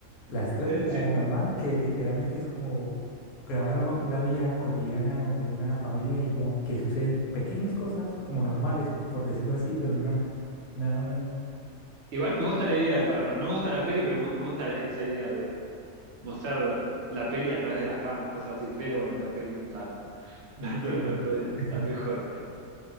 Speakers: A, on the left; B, on the right.
A: Las tres de paranormal,
B: Sí.
A: que literalmente es como grabar o- la vida cotidiana o- de una familia y ya, que suceden pequeñas cosas como normales, que por decirlo
B: Sí.
A: así, pero nada, nada más.
B: Igual me gusta la idea de Paranormal. No no me gusta la peli, pero mu- me gusta la- esa idea de mostrar la peli a través de las cámaras, cosas así. Pero bueno, la peli no está. <laughs> No, no,
A: Sí.
B: no, no es
A: <laughs>
B: la mejor que hay.